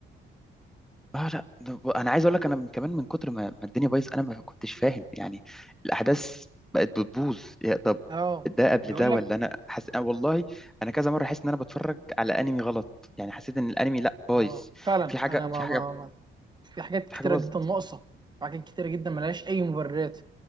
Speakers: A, in the centre; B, on the right.
A: اه لا ده- انا عايز اقول لك انا من- كمان من كتر ما ما الدنيا بايظ انا ما كنتش فاهم يعني الاحداث بقت بتبوظ يا طب
B: اه
A: ده قبل
B: بيقول
A: ده
B: لك
A: ولا انا حس... أنا والله انا كذا مره حاسس ان انا بتفرج على انمي غلط يعني حسيت ان الانمي لا بايظ
B: اه فعلا
A: في حاجه
B: انا ما,
A: في حاجه
B: ما, ما في حاجات
A: في
B: كتيره
A: حاجه باظت
B: جدا ناقصه وحاجات كتيره جدا ملهاش اي مبررات